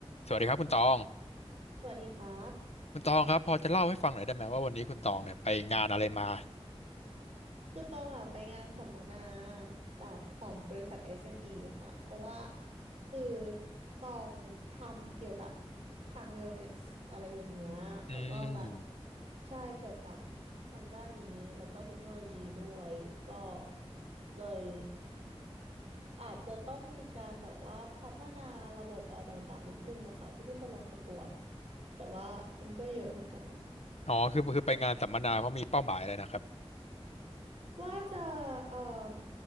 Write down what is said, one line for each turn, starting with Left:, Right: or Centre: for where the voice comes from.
Left: สวัสดีครับคุณตอง
Right: สวัสดีครับ
Left: คุณตองครับพอจะเล่าให้ฟังหน่อยได้ไหมว่าวันนี้คุณตองเนี่ยไปงานอะไรมา
Right: คือตองอ่ะไปงานสัมมนาแบบของบริษัท SME ค่ะ เพราะว่าคือตองทำเกี่ยวกับทาง wellness อะไรอย่างเงี้ยแล้วก็แบบ
Left: อืม
Right: ใช่เกี่ยวกับทางด้านนี้แล้วก็เทคโนโลยีด้วยก็เลยอาจจะต้องมีการแบบว่าพัฒนาระบบอะไรต่างๆนิดนึงอะค่ะเพื่อที่จะลงประกวดแต่ว่ามันก็เยอะเหมือนกันนะ
Left: อ๋อคือคือไปงานสัมมนาเพราะมีเป้าหมายอะไรนะครับ
Right: ว่าจะเอ่อ